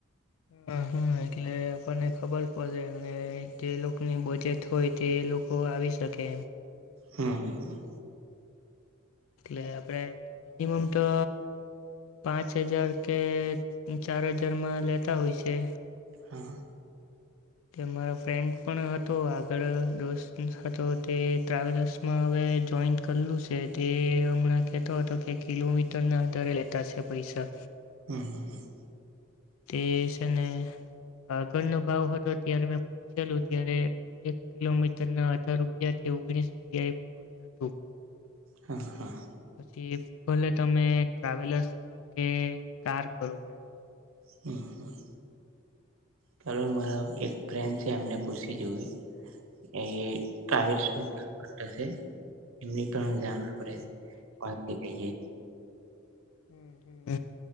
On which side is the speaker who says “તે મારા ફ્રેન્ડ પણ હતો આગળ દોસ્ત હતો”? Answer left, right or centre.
Left